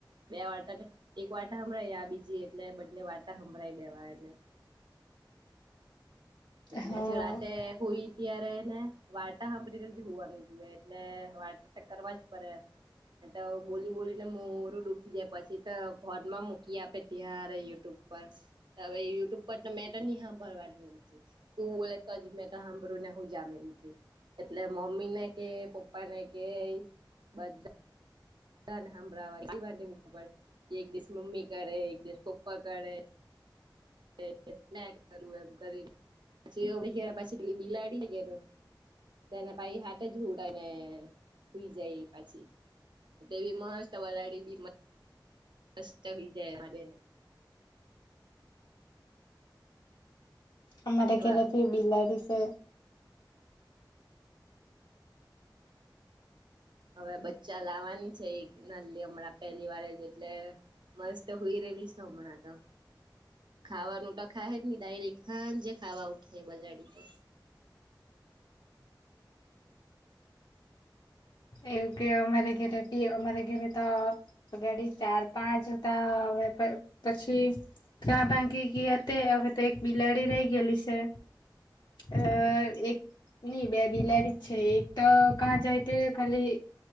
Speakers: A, on the right; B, on the left.
A: બે વાર્ટા એક વાટા હમળ આ બીજી એટલે બંને વાર્ટા સંભળઈ દેવા એને એટલે
B: હા
A: પછી રાતે હોઈ ત્યારેને વાર્તાા સાંભળી હોવાનું જોઈએ એટલે વાટર કરવા જ પડે. તો બોલી બોલીને મોરું દુખી દે પછી તો ફોનમાં મૂકી આપે ત્યારે યુટ્યુબ પર હવે યુટ્યુબ પર તો મેં તો નહી હાભળવાની. તું બો તો જ મે તો હંભરું ના હું જમે એમ કે એટલે મમ્મી ને કે પપ્પા ને કે બધા ધ <unintelligible> એક દિવસ મમ્મી કરે એક દિવસ પપ્પા કરે <unintelligible> કરું એમ કરી પછી <unintelligible> પછી બિલાડી ને ઘેરે તેને પાઈ હાથે જ હુવડાઈ હુઈ જાય પછી. તેવી મસ્ત વલાડી બી. મસ્ત વિ જાય બેને.
B: અમારે
A: એવા
B: ગરે બી બિલાડી સે
A: હવે બચ્ચા લાવવાની છે એક હમણાં પહેલી વાર જ એટલે મસ્ત હુઈ રહેલી હોમણા તો. ખાવાનું ટ ખાય જ નહી ડાયરેક ખં જે ખાવા ઉઠે બલાડી તો
B: એવું કે અમારે ઘરે બી અમારે ઘરે તોગાડી ચાર પાંચતા હ પછી ક્યાં ભાંગી ગયા તે હવે એક બિલાડી રહી ગયેલી છે. અ એક ન બે બલાડી છે એક તો કા જાઈ તેઓ ખાલી